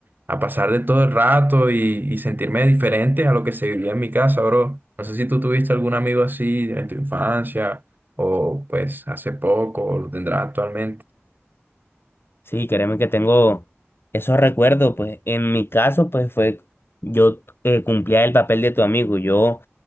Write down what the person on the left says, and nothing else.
Sí, créeme que tengo esos recuerdos, pues en mi caso, pues fue, yo eh, cumplía el papel de tu amigo, yo